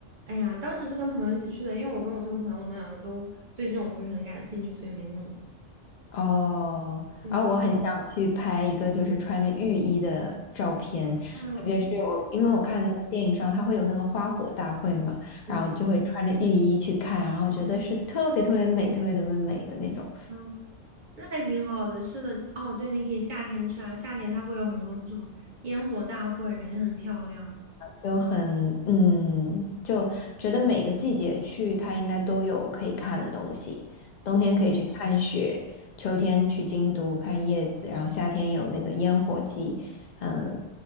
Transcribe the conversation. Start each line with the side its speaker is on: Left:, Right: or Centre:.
Right: 哎呀，当时是跟朋友一起去的，因为我跟我这个朋友，我们两个都对这种不是很感兴趣，所以没弄。
Left: 哦，
Right: 对，
Left: 然后我很想去拍一个就是穿着浴衣的照片，特别是我，
Right: 啊
Left: 因为我看那个电影上，
Right: 啊，
Left: 它会有那个花火大会嘛，
Right: 对，
Left: 然后就会穿着浴衣去看，然后觉得是特别特别美、特别特别美的那种，
Right: 嗯，那还挺好的。是的，哦，对，你可以夏天去啊，夏天它会有很多那种烟火大会，感觉很漂亮。
Left: 就很嗯，就觉得每个季节去它应该都有可以看的东西，冬天可以去看雪，
Right: 对，
Left: 秋天去京都看叶子，然后夏天有那个烟火季，嗯，